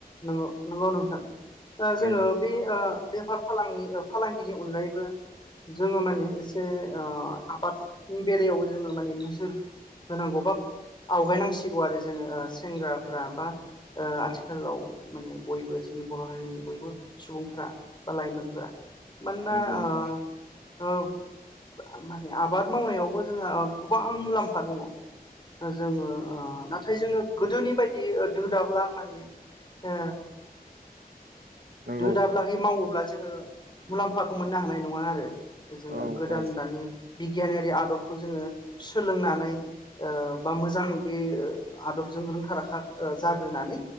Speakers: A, on the left (about 30°); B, on the right (about 80°).
A: नोंगौ नोंगौ नोंथां ओ जोङो
B: नंगौ
A: बे ओ बेफार फालां-फालां गिनि अनगायैबो जोङो माने एसे ओ आबादनि बेलायावबो जोङो माने नोजोर होनांगौ बा आवगायनांसिगौ आरो जोङो ओ सेंग्राफ्रा बा ओ आथि खालाव माने बयबो जोंनि बर' हारिनि बयबो सुबुंफोरा बा लाइमोनफोरा मानोना
B: नंगौ
A: ओ
B: नोंथां
A: औ माने आबाद मावनायावबो जोंहा गोबां मुलाम्फा दङ ओ जोङो ओ नाथाय जोङो गोदोनि बायदि ओ दो दाब्ला माने ओ
B: नंगौ
A: दो दाब्लाहै मावोब्ला जोङो मुलाम्फाखौ मोननो हानाय नङा आरो जोङो
B: औ
A: गोदान
B: औ
A: दानि बिगियानयारि आदबखौ जोङो सोलोंनानै ओ बा मोजां बे आदबजों रोंखा राखा ओ जाग्रोनानै